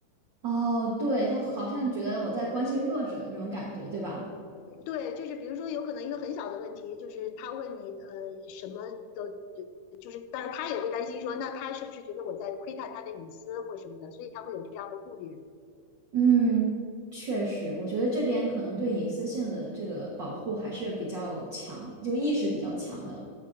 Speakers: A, on the right; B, on the left.
A: 哦，对，他好像觉得我在关心弱者的那种感觉，对吧？
B: 对，就是比如说，有可能一个很小的问题，就是他问你呃什么的，就是，但是他也会担心说，那他是不是觉得我在窥探他的隐私或什么的，所以他会有这样的顾虑。
A: 嗯，确实，我觉得这边可能对隐私性的这个保护还是比较强，就意识比较强的。